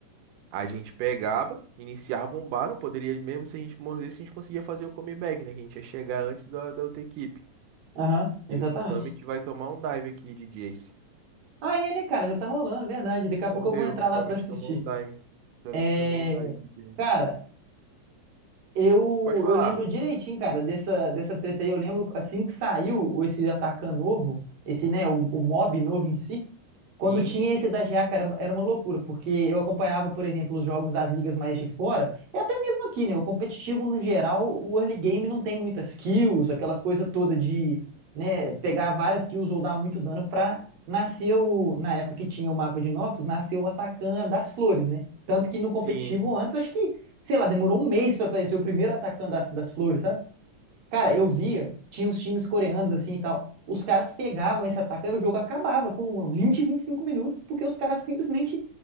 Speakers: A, on the right (about 80°); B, on the right (about 60°).
A: a gente pegava, iniciava um barão, poderia, mesmo se a gente mordesse, a gente conseguia fazer o comeback, né? Que a gente ia chegar antes da, da outra equipe.
B: Aham, exatamente.
A: E o Summit vai tomar um dive aqui de Jace.
B: Aí, né, cara, já tá rolando, é verdade. Daqui a
A: Morreu.
B: pouco eu vou entrar
A: O Summit
B: lá pra assistir.
A: tomou um dive. O Summit
B: É,
A: tomou um dive de Jace.
B: cara, eu,
A: Pode falar.
B: eu lembro direitinho, cara, dessa, dessa treta aí. Eu lembro assim que saiu esse Atacan novo, esse, né, o, o mob novo em si. Quando
A: Sim,
B: tinha esse da GA, cara, era uma era uma loucura, porque eu acompanhava, por exemplo, os jogos das ligas mais de fora, e até mesmo aqui, né? O competitivo, no geral, o early game não tem muitas kills, aquela coisa toda de, né, pegar várias kills ou dar muito dano pra nascer o, na época que tinha o mapa de Noxus, nasceu o Atacan das flores, né? Tanto que no competitivo
A: sim,
B: antes, acho que sei lá, demorou um mês pra aparecer o primeiro atacante das, das flores, sabe? Cara,
A: sim,
B: eu
A: sim.
B: via, tinha os times coreanos assim e tal. Os caras pegavam esse atacante e o jogo acabava com vinte vinte e cinco minutos, porque os caras simplesmente